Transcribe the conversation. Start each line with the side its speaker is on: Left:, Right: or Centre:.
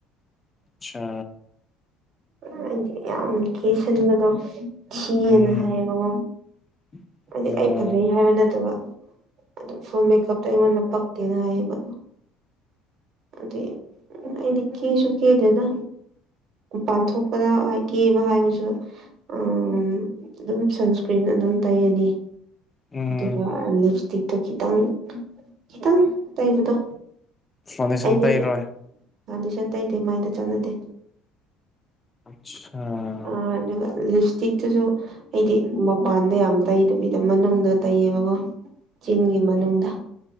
Left: ꯑꯠꯁꯥ
Right: ꯑꯩꯗꯤ ꯌꯥꯝ ꯀꯦꯁꯤꯟꯕꯗꯣ ꯊꯤꯌꯦꯅ
Left: ꯎꯝ
Right: ꯍꯥꯏꯌꯦꯕꯀꯣ
Left: <inaudible>
Right: ꯍꯥꯏꯗꯤ
Left: ꯑꯣ
Right: ꯑꯩ ꯐꯖꯩ ꯍꯥꯏꯕ ꯅꯠꯇꯕ ꯑꯗꯣ ꯐꯨꯜ ꯃꯦꯀꯞꯇꯣ ꯑꯩꯉꯣꯟꯗ ꯄꯛꯇꯦꯅ ꯍꯥꯏꯌꯦꯕ ꯑꯗꯨꯏ ꯑꯝ ꯑꯩꯗꯤ ꯀꯦꯁꯨꯨ ꯀꯦꯗꯦꯗ ꯄꯥꯟ ꯊꯣꯛꯄꯗ ꯀꯦꯕ ꯍꯥꯏꯕꯁꯨ ꯑꯝ ꯑꯗꯨꯝ ꯁꯟꯁꯀ꯭ꯔꯤꯟ ꯑꯗꯨꯝ ꯇꯩꯔꯅꯤ
Left: ꯎꯝ
Right: ꯑꯗꯨꯒ ꯂꯤꯞꯁꯇꯤꯛꯇꯣ ꯈꯤꯇꯪ ꯈꯤꯇꯪ ꯇꯩꯕꯗꯣ
Left: ꯐꯥꯎꯟꯗꯦꯁꯟ
Right: ꯑꯩꯗꯤ
Left: ꯇꯩꯔꯣꯏ
Right: ꯐꯥꯎꯟꯗꯦꯁꯟ ꯇꯩꯗꯦ ꯃꯥꯏꯗ ꯆꯥꯟꯅꯗꯦ
Left: ꯑꯆꯁꯥꯥ
Right: ꯑꯥ ꯑꯗꯨꯒ ꯂꯤꯞꯁꯇꯤꯛ ꯇꯨꯁꯨ ꯑꯩꯗꯤ ꯃꯄꯥꯟꯗ ꯌꯥꯝ ꯇꯩꯗꯕꯤꯗ ꯃꯅꯨꯡꯗ ꯇꯩꯌꯦꯕꯀꯣ ꯆꯤꯟꯒꯤ ꯃꯅꯨꯡꯗ